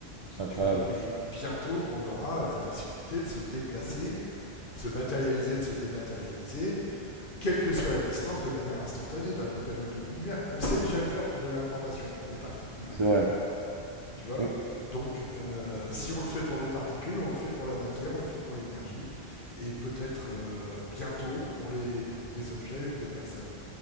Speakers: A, on the right (about 40°); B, on the left (about 50°).
A: C'est incroyable.
B: Tu vois, mais bientôt, on aura euh, la possibilité de se déplacer, de se matérialiser, de se dématérialiser, euh, quelle que soit la distance, de manière instantanée, d'un bout à l'autre de l'univers. On sait déjà le faire pour de l'information, pour des particules,
A: C'est vrai.
B: tu vois.
A: Mais,
B: Donc, euh, si on le fait pour des particules, on le fait pour la matière, on le fait pour l'énergie, et peut-être euh, bientôt pour, les, pour des objets ou des personnes.